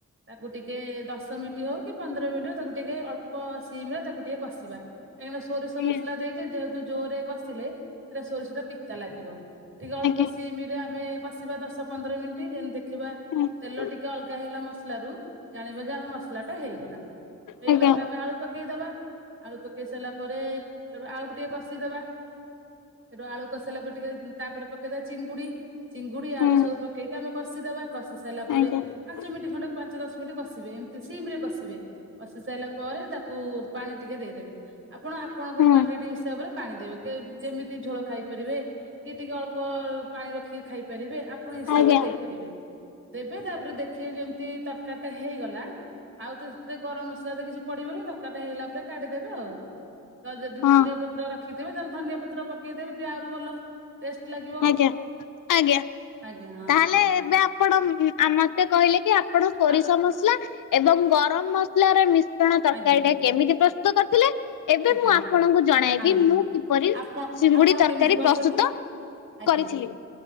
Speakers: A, on the right; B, on the left.
A: ତାକୁ ଟିକେ ଦଶ ମିନିଟ୍ ହୋଉ କି ପନ୍ଦର ମିନିଟ୍ ହୋଉ ତାକୁ ଟିକେ ଅଳ୍ପ ସିମ୍ ରେ ତାକୁ ଟିକେ କଷିବା। କାହିଁକିନା ସୋରିଷ
B: ହୁଁ
A: ମସଲା ଦେଇଛେ ଯେହେତୁ ଜୋରରେ କଷିଲେ ସେଟା ସୋରିଷ ଟା ପିତା ଲାଗିବ। ଟିକେ ଅଳ୍ପ
B: ଆଜ୍ଞା।
A: ସିମ୍ ରେ ଆମେ କଷିବା ଦଶ ପନ୍ଦର ମିନିଟ୍ ଯେମିତି ଦେଖିବା
B: ହୁଁ
A: ତେଲ ଟିକେ ଅଲଗା ହେଇଗଲା। ମସଲାରୁ ଜାଣିବା ଯେ ଆମ ମସଲା ଟା ହେଇଗଲା। ହେଇଗଲା
B: ଆଜ୍ଞା ହୁଁ ଆଜ୍ଞା
A: ପରେ
B: ଆଜ୍ଞା
A: ଆମେ ଆଳୁ ପକେଇଦବା। ଆଳୁ ପକେଇ ସାରିଲା ପରେ ଏଇଠୁ ଆଳୁକୁ ଟିକେ କଷିଦବା ସେଠୁ ଆଳୁ କଷେଇଲା ପରେ ଟିକେ ତାପରେ ପକେଇଦବା ଚିଙ୍ଗୁଡ଼ି। ଚିଙ୍ଗୁଡ଼ି
B: ହୁଁ
A: ଆଳୁ ସବୁ ପକେଇକି ଆମେ କଷିଦବା। କଷି ସାରିଲା ପରେ
B: ଆଜ୍ଞା।
A: ପାଞ୍ଚ ମିନିଟ୍ ଖଣ୍ଡେ ପାଞ୍ଚ ଦଶ ମିନିଟ୍ କସିବେ ଏମିତି ସେମି କସିବେ। ଅସି ସାରିଲା ପରେ ତାକୁ ପାଣି ଟିକେ ଦେଇଦେବେ ଆପଣ ଆପଣଙ୍କ
B: ହୁଁ
A: କ୍ଵାଣ୍ଟିଟି ହିସାବରେ ପାଣି ଦେବେ। ଯେମିତି ଝୋଳ ଖାଇପାରିବେ କି ଟିକେ ଅଳ୍ପ ପାଣିର ଖି ଖାଇପାରିବେ ଆପଣ ହିସାବରେ
B: ଆଜ୍ଞା
A: ଦେଇପାରିବେ। ଦେବେ ତାପରେ ଦେଖିବ ଯେମିତି ତରକାରୀ ଟା ହେଇଗଲା। ଆଉ ତେ ଗରମ ମସଲା ତ କିଛି ପଡିବନି ତରକାରୀ ହେଇଲା। ରେ କାଟିିଦେବେ ଆଉ ତ ଯଦି
B: ହଁ ହଁ
A: ଧନିଆ ପତ୍ର ର ଖିଥିବେ ତାହେଲେ ଧନିଆ ପତ୍ର ପକେଇଦେବେ ଟିକେ ଆହୁରି ଭଲ ଟେଷ୍ଟ ଲାଗିବ।
B: ଆଜ୍ଞା ଆଜ୍ଞା
A: ଆଜ୍ଞା ହଁ
B: ତାହେଲେ ଏବେ ଆପଣ ଆମ ସେ କହିଲେ କି ଆପଣ ସୋରିଷ
A: ଆ
B: ମସଲା ଏବଂ ଗରମ ମସ ଲାର ମିଶ୍ରଣ ତରକାରୀ
A: ଆଜ୍ଞା
B: ଟା କେମିତି ପ୍ରସ୍ତୁତ କରି ଏବେ
A: ଆଜ୍ଞା
B: ମୁଁ ଆପଣଙ୍କୁ ଜଣାଇବି
A: ଆଁ
B: ମୁଁ କିପରି
A: ଆପଣ
B: ସିଙ୍ଗୁଡି
A: ଆପଣ
B: ତରକାରୀ
A: କେମିତି କରିଛନ୍ତି
B: ପ୍ରସ୍ତୁତ
A: ଆଜ୍ଞା
B: କରିଥିଲି